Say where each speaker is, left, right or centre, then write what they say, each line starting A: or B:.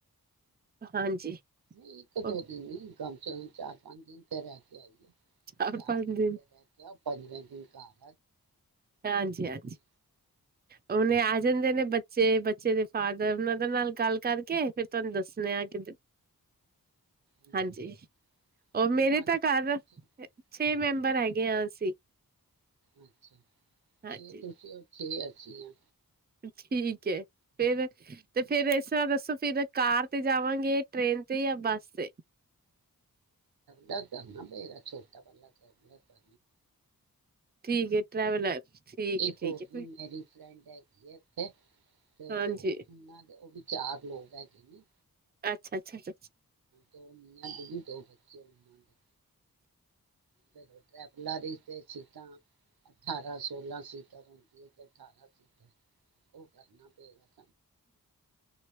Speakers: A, on the right; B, on the right.
A: ਹਾਂਜੀ
B: ਨਹੀਂ ਇੱਕ
A: ਉਹ
B: ਦੋ ਦਿਨ ਹੀ ਗਮ ਚ ਚਾਰ ਪੰਜ ਦਿਨ ਤੇ ਰਹਿ ਕੇ ਆਈਏ
A: ਚਾਰ
B: <unintelligible>
A: ਪੰਜ ਦਿਨ ਹਾਂਜੀ
B: ਹੋਰ
A: ਹਾਂਜੀ
B: ਕੀ
A: ਉਹਹਨੇ ਆ ਜਾਂਦੇ ਨੇ ਬੱਚੇ ਬੱਚੇ ਦੇ ਫਾਦਰ ਉਹਨਾਂ ਦੇ ਨਾਲ ਗੱਲ ਕਰਕੇ ਫਿਰ ਤੁਹਾਨੂੰ ਦੱਸਣੇ ਆ ਕਿਰ
B: ਹੋਰ
A: ਹਾਂਜੀ
B: ਕੀ
A: ਉਹ ਮੇਰੇ
B: ਨਾਨਕੇ
A: ਤਾਂ ਘਰ
B: ਬੱਚੇ
A: ਛੇ
B: ਹਾਂਜੀ
A: ਮੈਂਬਰ
B: ਦੱਸੋ
A: ਹੈਗੇ ਹ ਅਸੀਂ
B: ਅੱਛਾ
A: ਹਾਂਜੀ
B: ਤੁ ਅੱਛੀ ਅੱਸੀ ਆ
A: ਠੀਕ ਹੈ ਫੇਿਰ ਤੇ ਫੇਿਰ ਇਸ ਤਰ੍ਹਾਂ ਦੱਸੋ ਫਿਰ ਕਾਰ ਤੇ ਜਾਵਾਂਗੇ ਟ੍ਰੇਨ ਤੇ ਜਾਂ ਬੱਸ ਤੇ
B: ਬ ਕਰਨਾ ਪੇ ਛੋਟਾਲਾਬ ਕਰ ਲ ਆ
A: ਠੀਕ ਟਰੈਵਲਰ ਠੀਕ
B: ਇੱਕ
A: ਹੈ ਠੀਕ
B: ਹੋਰ
A: ਹੈ
B: ਵੀ ਮੇਰੀ ਫਰੈਂਡ ਹੈਗੀ ਹੈ ਉੱਥੇ ਤੇ
A: ਹਾਂਜੀ
B: ਉਹਨਾਂ ਦੇ ਉਹ ਵੀ ਚਾਰ ਲੋਕ ਹੈਗੇ ਨੇ
A: ਅੱਛਾ ਅੱਛਾ ਅ
B: ਦੋ ਨੀਆਂ ਦੀਦੀ ਦੋ ਬੱਚੇ ਉਹਨਾਂ ਦੇ ਬਿਲ ਟੈਫਲਾਰੀ ਅਤੇ ਸੀਟਾਂ ਅਠਾਰਾਂ ਸੋਲਾਂ ਸੀਟਾਂ ਰਦੀਆਂ ਅਤੇ ਅਠਾਰਾਂ ਸੀਟਾਂ ਉਹ ਕਰਨਾ ਪਏ ਗਾ